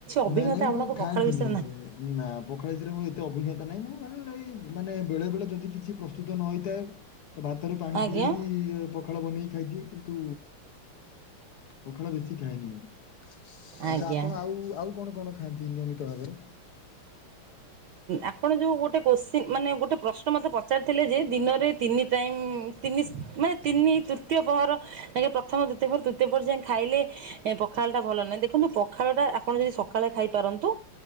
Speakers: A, on the right; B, on the left.
A: ଅଭିଜ୍ଞତା
B: ନାଇଁ ନାଇଁ ମୁଁ
A: ଆପଣଙ୍କ
B: ଖାଆନ୍ତିନି।
A: ପଖାଳ ବିଷୟରେ ନାହିଁ।
B: ନା ପଖାଳରେ ମୁ ଏତେ ଅଭିଜ୍ଞତାହିଁ ମାନେ ବେଳେ ବେଳେ ଯଦି କି କି ପ୍ରସ୍ତୁତ ନଥାଏ ତ ଭାତରେ ପାଣି
A: ଆଜ୍ଞା
B: ପୁରେଇକି ପକି ପଖାଳ ବନେଇକି ଖାଇ ଦିଏ। କିନ୍ତୁ ପଖାଳ ବେଶୀ ଖାଏନି ମୁଁ।
A: ଆଜ୍ଞା
B: ଆଚ୍ଛା ଆପଣ ଆଉ ଆଉ କଣ କଣ ଖାଆନ୍ତି ନିୟମିତ ଭାବରେ?
A: ଆପଣ ଯୋଉ ଗୋଟେ କୋଶ୍ଚିନ୍ ମାନେ ଗୋଟେ ପ୍ରଶ୍ନ ମୋତେ ପଚାରିଥିଲେ ଯେ ଦିନରେ ତିନି ତିନି ମାନେ ତିନି ତୃତୀୟ ପହର ପ୍ରଥମ ତୃତୀୟ ପହ ତୃତୀୟ ପହର ଯାଇ ଖାଇଲେ ଏ ପଖାଳଟା ଭଲ ନାହିଁ ଦେଖନ୍ତୁ ପଖାଳଟା ଆପଣ ଯଦି ସକାଳେ ଖାଇପାରନ୍ତୁ